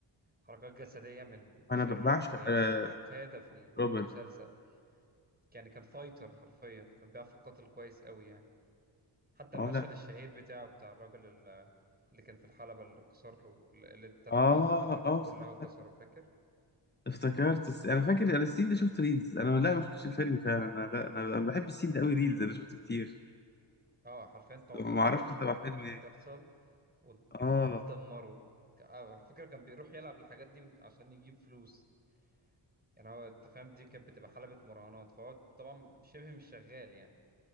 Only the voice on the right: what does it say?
حركات جسديه من
شيرلوك
هي
مش معتاده في ال-
في المسلسل يعني كان فايتر حرفيا كان بيعرف يقاتل كويس قوي يعني حتى
المشهد
الشهير بتاعه بتاع الراجل ال- اللي كان في الحلبة اللي كسر له اللي تنبأ
بالحركات
كلها
وكسره
فاكر
اه حرفيا توقع
كل
حركة
ممكن
تحصل ودمره
ك- آه، على فكرة كان بيروح يلعب الحاجات دي من- عشان يجيب فلوس يعني هو انت فاهم دي كانت بتبقى حلبة مراهنات فهو طبعا شبه مش شغال يعني